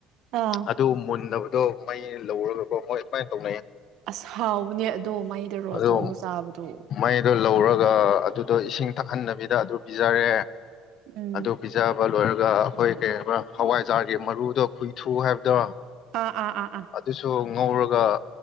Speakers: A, on the right; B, on the left.
A: ꯑꯥ
B: ꯑꯗ ꯃꯟꯅ ꯑꯗꯨ ꯃꯩ ꯂꯧꯔꯒꯀꯣ ꯃꯣꯏ ꯀꯃꯅ ꯇꯧꯕ
A: ꯑꯁ ꯍꯥꯎꯕꯅꯦ ꯑꯗꯣ ꯃꯥꯏꯗ ꯔꯣꯁ
B: ꯑꯗꯣ
A: ꯇꯧꯔꯒ ꯆꯥꯕꯗꯣ
B: ꯃꯩꯗꯣ ꯂꯧꯔꯒ ꯑꯗꯨꯗꯣ ꯏꯁꯤꯡ ꯊꯛꯍꯟꯗꯕꯤꯗ ꯑꯗꯨ ꯄꯤꯖꯔꯦ
A: ꯎꯝ
B: ꯑꯗꯨꯗꯣ ꯄꯤꯖꯥ ꯑꯗꯨꯒ ꯂꯣꯏꯔꯒ ꯑꯩꯈꯣꯏ ꯀꯩ ꯍꯋꯥꯏꯖꯥꯔꯒꯤ ꯃꯔꯨꯗꯣ ꯈꯨꯏꯊꯨ ꯍꯥꯏꯕꯗꯣ
A: ꯑ ꯑꯥ ꯑꯥ ꯑꯥ
B: ꯑꯗꯨꯁꯨ ꯉꯧꯔꯒ